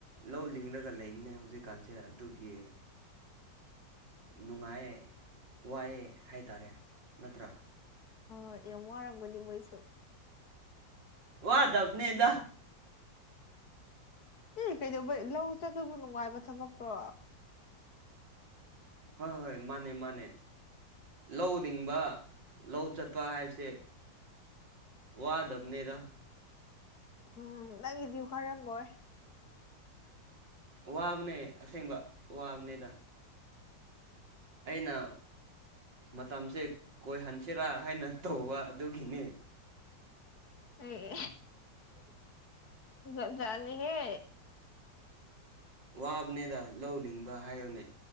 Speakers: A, on the right; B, on the left.
A: ꯂꯧ ꯂꯤꯡꯡꯂꯒ ꯂꯩꯕꯅꯦ ꯍꯧꯖꯤꯛꯀꯥꯟꯁꯦ ꯑꯗꯨꯒꯤ ꯅꯨꯡꯉꯥꯏꯌꯦ ꯋꯥꯏꯑꯦ ꯍꯥꯏꯇꯥꯔꯦ ꯅꯠꯇ꯭ꯔꯥ
B: ꯑ ꯌꯥꯝ ꯋꯥꯔꯝꯒꯗꯤ ꯃꯣꯏꯁꯨ
A: ꯋꯥꯗꯕꯅꯤꯗ
B: ꯑꯦ ꯀꯩꯗꯧꯕꯩ ꯂꯧ ꯆꯠꯕꯕꯨ ꯅꯨꯡꯉꯥꯏꯕ ꯊꯕꯛꯔꯣ
A: ꯍꯣꯏ ꯍꯣꯏ ꯃꯥꯅꯦ ꯃꯥꯅꯦ ꯂꯧ ꯂꯤꯡꯕ ꯂꯧ ꯆꯠꯄ ꯍꯥꯏꯕꯁꯦ ꯋꯥꯗꯕꯅꯦꯗ
B: ꯎꯝ ꯅꯪ ꯒꯤꯗꯤ ꯋꯥꯔꯝꯃꯣꯏ
A: ꯋꯥꯕꯅꯦ ꯑꯁꯦꯡꯕ ꯋꯥꯕꯅꯦꯗ ꯑꯩꯅ ꯃꯇꯝꯁꯦ ꯀꯣꯏꯍꯟꯁꯤꯔꯥ ꯍꯥꯏꯅ ꯇꯧꯕ ꯑꯗꯨꯒꯤꯅꯦ
B: ꯑꯦ ꯖꯥꯠ ꯖꯥꯠꯅꯤꯍꯦ
A: ꯋꯥꯕꯅꯦꯗ ꯂꯧ ꯂꯤꯡꯕ ꯍꯥꯏꯌꯨꯅꯦ